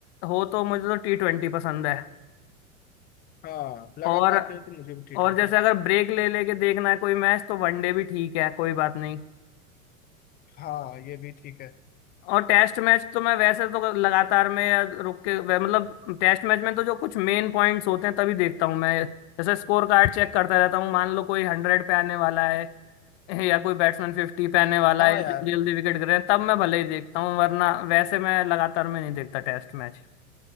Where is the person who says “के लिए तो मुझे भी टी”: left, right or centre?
Left